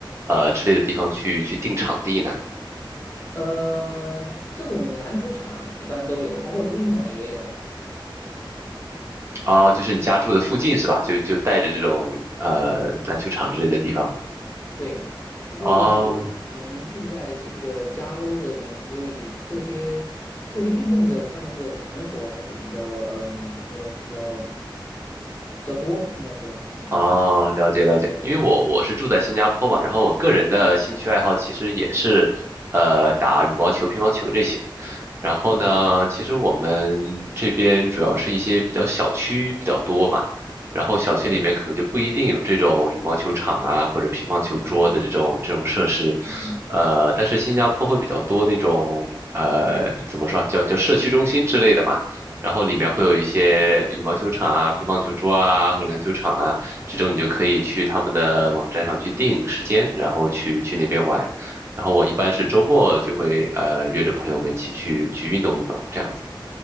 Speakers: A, on the right; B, on the left.
A: 呃之类的地方去去定场地呢？
B: 呃，这种篮球场一般都有，包括足球场也有。
A: 哦，就是你家住的附近是吧？就就带着这种呃篮球场之类的地方。
B: 对，因为我目前住在这个加州这边，
A: 啊哦
B: 所以这些这些运动的他们的场所还是比较嗯，怎么说呢？比较比较多，应该说，嗯
A: 哦，了解了解。因为我我是住在新加坡嘛，然后我个人的兴趣爱好其实也是呃打羽毛球、
B: 嗯
A: 乒乓球这些。然后呢，
B: 嗯，
A: 其实我们这边主要是一些比较小区比较多嘛，然后小区里面可能就不一定有这种羽毛球场啊或者乒乓球桌的这种这种设施，
B: 哦。嗯嗯
A: 呃，但是新加坡会比较多那种呃怎么说啊叫叫社区中心之类的嘛，然后里面会有一些羽毛球场啊、
B: 嗯，
A: 乒乓球桌啊或篮球场啊，这种你就可以去他们的网站上去定时间，然后去去那边玩。然后我一般是周末就会呃约着朋友们一起去去运动运动这样子。